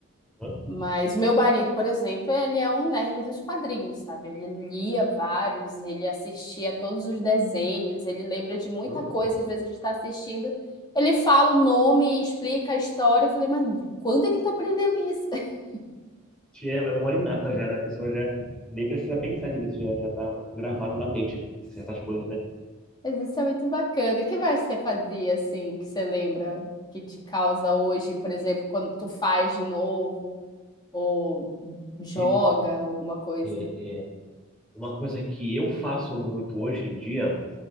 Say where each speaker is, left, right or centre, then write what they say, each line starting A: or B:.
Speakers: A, in the centre; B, on the left.
A: Aham,
B: Mas meu marido, por exemplo, ele é um nerd dos quadrinhos, sabe? Ele lia vários, ele assistia a todos os desenhos, ele lembra de muita
A: uhum.
B: coisa, às vezes a gente está assistindo, ele fala o nome, explica a história. Eu falei, mas quando é que tu aprendeu isso? <laughs>
A: Te amo, é mora inata já, né? A pessoa já nem precisa pensar direito, já, já tá gravado na mente essas coisas, né?
B: Mas isso é muito bacana. O que mais você fazia assim, que você lembra que te causa hoje, por exemplo, quando tu faz de novo ou joga
A: Então,
B: alguma coisa?
A: é, uma coisa que eu faço muito hoje em dia